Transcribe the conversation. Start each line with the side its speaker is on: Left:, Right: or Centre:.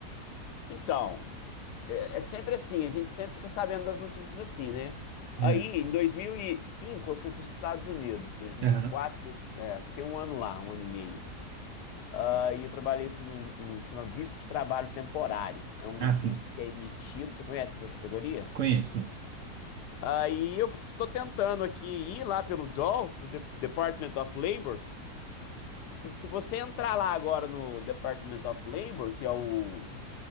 Left: então, É sempre assim, a gente sempre fica sabendo das notícias assim, né? Aí,
Right: É,
Left: em 2005, eu fui para os Estados Unidos, 2004,
Right: Aham.
Left: é, fiquei um ano lá, um ano e meio. Aí eu trabalhei, fui num, num- chama visto de trabalho temporário. É um
Right: Ah, sim.
Left: visto que é emitido, você conhece essa categoria?
Right: Conheço, conheço.
Left: Aí eu estou tentando aqui ir lá pelo DOL, pro De- Department of Labor. Se se você entrar lá agora no Department of Labor, que é o